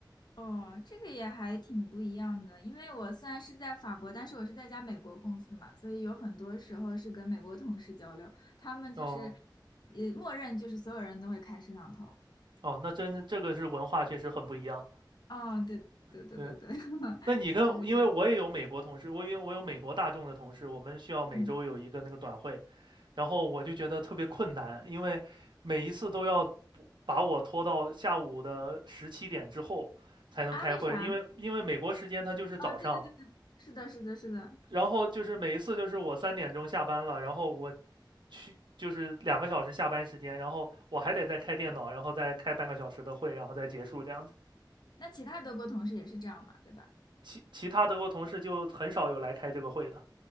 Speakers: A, on the left; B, on the right.
A: 哦，这个也还挺不一样的，因为我虽然是在法国，但是我是在一家美国公司嘛，所以有很多时候是跟美国同事交流，他们就是，
B: 哦
A: 也默认就是所有人都会开摄像头。
B: 哦，那真是这个是文化，确实很不一样。
A: 啊，对对对对对，
B: 对，
A: <laughs>
B: 那你跟因为我也有美国同事，
A: 确实是这样。
B: 我因为我有美国大众的同事，我们需要每周有一个那个短会，
A: 嗯，
B: 然后我就觉得特别困难，因为每一次都要把我拖到下午的十七点之后才能开会，
A: 啊，为啥？
B: 因为因为美国时间它就是早上，
A: 哦，对对对对，是的，是的，是的。
B: 然后就是每一次就是我三点钟下班了，然后我去就是两个小时下班时间，然后我还得再开电脑，然后再开半个小时的会，然后再结束这样子。
A: 那其他德国同事也是这样嘛，对吧？
B: 其其他德国同事就很少有来开这个会的，